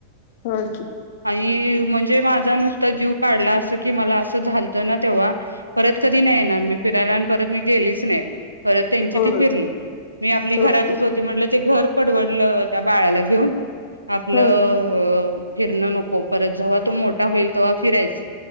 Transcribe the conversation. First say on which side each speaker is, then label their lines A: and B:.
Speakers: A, on the left; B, on the right.
A: हो की
B: आईर म्हणजे माझा नुसता जिव काढला अस की मला अस झालताना तेव्हा परत कधी नई येणार मी फिरायला आण परत मी गेलीच नाही. परत त्यांची
A: हो
B: ती फिरली मी आपली घरातच
A: हो की
B: म्हटल ते घर पडवडल त्या बाळाला घेऊण आपल
A: हो
B: अ अ फिरण नको परत झवात तो मोठा होईल तेव्हा फिरायच,